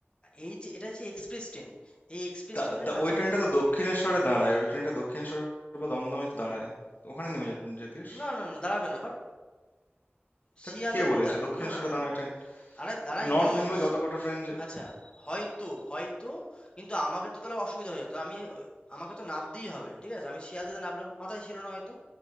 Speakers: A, on the left; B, on the left.
A: এই যে এটা হচ্ছে এক্সপ্রেস ট্রেন এই এক্সপ্রেস
B: তা
A: ট্রেনের
B: তা
A: কাছে
B: ওই ট্রেনটা তো দক্ষিণেশ্বরে দাঁড়ায় ওই ট্রেনটা দক্ষিণেশ্বর বা দমদমে তো দাঁড়ায় ওখানে নেমে যেত- যেতিস
A: না না না দাঁড়াবে না বাট
B: তা
A: শিয়ালদাতে
B: কে বলেছে
A: দাঁড়াবে
B: দক্ষিণেশ্বরে
A: না না না
B: দাঁড়ায়
A: না
B: ট্রেন
A: আরে দাঁড়ায়নি
B: নর্থ বেঙ্গলে
A: শি-
B: যত কটা ট্রেন
A: আচ্ছা হয়তো হয়তো কিন্তু আমাকে তো তাহলে অসুবিধা হয়ে যেত আমি ওই- আমাকে তো নামতেই হবে ঠিক আছে আমি শিয়ালদাতে নামলাম মাথায় ছিল না হয়তো